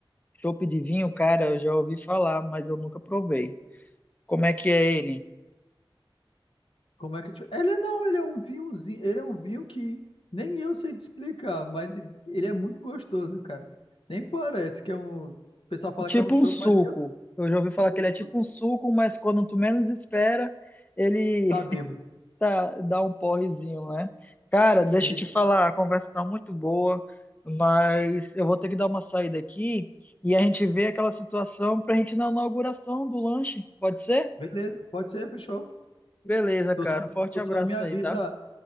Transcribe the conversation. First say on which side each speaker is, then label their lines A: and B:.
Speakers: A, on the left (about 15°); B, on the left (about 80°).
A: Chopp de vinho, cara, eu já ouvi falar, mas eu nunca provei. Como é que é ele?
B: Como é que. tu- Ele é- não, ele é um vinhozinho, ele é um vinho que nem eu sei te explicar, mas ele é muito gostoso, cara. Nem parece que é um. O pessoal fala
A: Tipo
B: que é um chopp,
A: um suco.
B: mas nem eu
A: Eu já ouvi falar
B: Tipo,
A: que ele é tipo um suco, mas quando tu menos espera, ele
B: tá bêbado.
A: <laughs> tá, dá um porrezinho, né? Cara, deixa
B: Sim.
A: eu te falar, a conversa tá muito boa, mas eu vou ter que dar uma saída aqui e a gente vê aquela situação pra gente ir na inauguração do lanche. Pode ser?
B: Beleza, pode ser, fechou.
A: Beleza, cara.
B: Tu só,
A: Um forte
B: tu
A: abraço
B: só me avisa.
A: aí, tá?